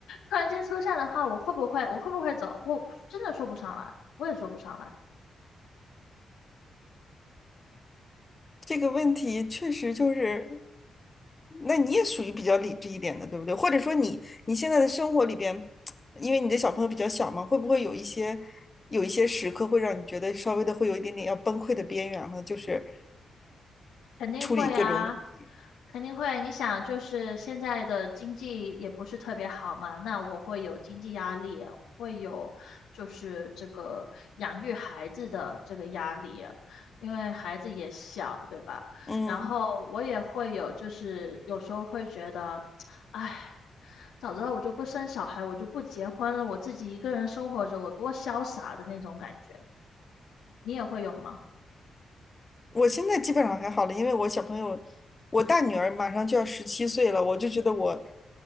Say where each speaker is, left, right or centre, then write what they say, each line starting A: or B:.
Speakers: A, on the left (about 85°); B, on the left (about 30°).
A: 突然间出现的话，我会不会我会不会走？我真的说不上来，我也说不上来。
B: 这个问题确实就是，那你也属于比较理智一点的，对不对？或者说你你现在的生活里边，因为你的小朋友比较小嘛，会不会有一些有一些时刻会让你觉得稍微的会有一点点要崩溃的边缘了？就是
A: 肯定会啊，
B: 处理各种问题。
A: 肯定会。你想，就是现在的经济也不是特别好嘛，那我会有经济压力，会有就是这个养育孩子的这个压力，因为孩子也小，对吧？
B: 嗯，
A: 然后我也会有，就是有时候会觉得，哎，早知道我就不生小孩，我就不结婚了，我自己一个人生活着，我多潇洒的那种感觉。你也会有吗？
B: 我现在基本上还好了，因为我小朋友，我大女儿马上就要十七岁了，我就觉得我